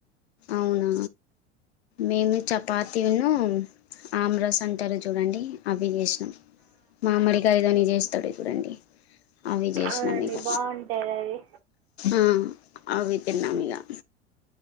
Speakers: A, on the left; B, on the right.
A: అవునా మేము చపాతీ వును ఆమ్రాస్ అంటారు చూడండి అవి చేసినాం మామిడికాయ తోని చేసినం ఉంటాయి చూడండి అవి చేసినాం
B: అవునండి
A: ఇగ
B: బాగుంటుంది అది
A: ఆ అవి తిన్నమీగా